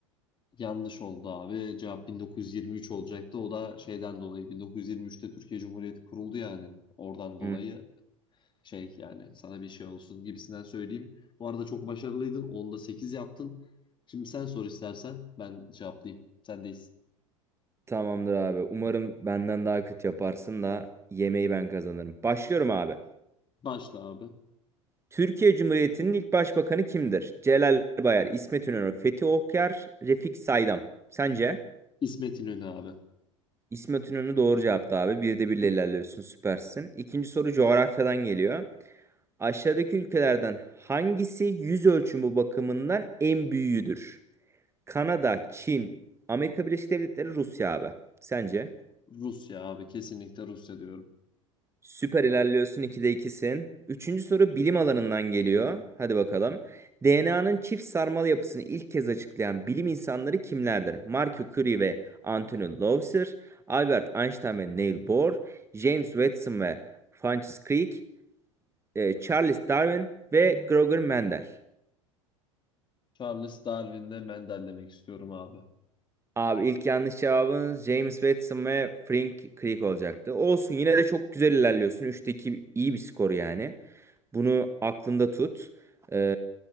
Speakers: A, on the left; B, on the right.
A: Yanlış oldu abi. Cevap 1923 olacaktı. O da şeyden dolayı 1923'te Türkiye Cumhuriyeti kuruldu yani. Oradan dolayı
B: Hı.
A: şey yani sana bir şey olsun gibisinden söyleyeyim. Bu arada çok başarılıydın. Onda 8 yaptın. Şimdi sen sor istersen ben cevaplayayım. Sendeyiz.
B: Tamamdır abi. Umarım benden daha kötü yaparsın da yemeği ben kazanırım. Başlıyorum abi.
A: Başla abi.
B: Türkiye Cumhuriyeti'nin ilk başbakanı kimdir? Celal Bayar, İsmet İnönü, Fethi Okyar, Refik Saydam. Sence?
A: İsmet İnönü abi.
B: İsmet İnönü doğru cevaptı abi. Bir de birle ilerliyorsun, süpersin. İkinci soru coğrafyadan geliyor. Aşağıdaki ülkelerden hangisi yüz ölçümü bakımından en büyüğüdür? Kanada, Çin, Amerika Birleşik Devletleri, Rusya abi. Sence?
A: Rusya abi. Kesinlikle Rusya diyorum.
B: Süper ilerliyorsun 2'de ikisin. Üçüncü soru bilim alanından geliyor. Hadi bakalım. DNA'nın çift sarmal yapısını ilk kez açıklayan bilim insanları kimlerdir? Marie Curie ve Anthony Lowther, Albert Einstein ve Niels Bohr, James Watson ve Francis Crick, e, Charles Darwin ve Gregor Mendel.
A: Charles Darwin'le Mendel demek istiyorum abi.
B: Abi ilk yanlış cevabın James Watson ve Frank Crick olacaktı. Olsun yine de çok güzel ilerliyorsun. Üçteki iyi bir skor yani. Bunu aklında tut. Ee,